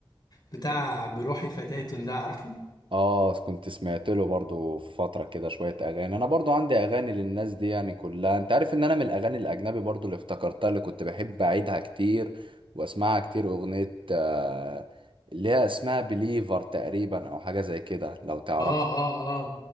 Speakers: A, on the left; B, on the right.
A: بتاع بروحي فتاة ده عارفه
B: اه كنت سمعت له برضو في فترة كده شوية اغاني انا برضو عندي اغاني للناس دي يعني كلها انت عارف ان انا من الاغاني الاجنبي برضو اللي افتكرتها اللي كنت بحب اعيدها كتير واسمعها كتير اغنية آه اللي هي اسمها بليفر تقريبا او حاجة زي كده لو تعرف
A: اه اه